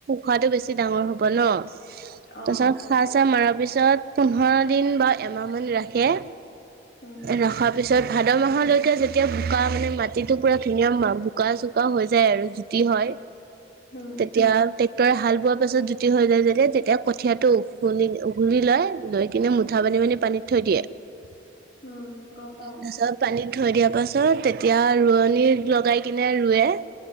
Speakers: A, on the right (about 50°); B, on the left (about 60°).
A: খোৱাটো বেছি ডাঙৰ হব ন তাৰপিছত
B: অ'
A: সাৰ চাহ মৰাৰ পিছত পোন্ধৰ দিন বা এমাহমান ৰাখে।
B: অ
A: ৰখাৰ পিছত ভাদ মাহলৈকে যেতিয়া বোকা মানে মাটিটো পূৰা ধুনীয়া হয়। বোকা চোকা হৈ যায় আৰু, কি হয়
B: হুম
A: তেতিয়া ট্ৰেক্টৰে হাল বোৱাৰ পাছত জুতি হৈ যায় যে। যেতিয়া কঠীয়া টো উু উঘৰি লয়। লৈ কিনে মুঠা পানি মানি পানীত থৈ দিয়ে। তাৰ
B: হুম গম পাওঁ
A: পাছত। পানীত থৈ দিয়া পাছত তেতিয়া ৰোৱনী লগাই কিনে ৰুৱে।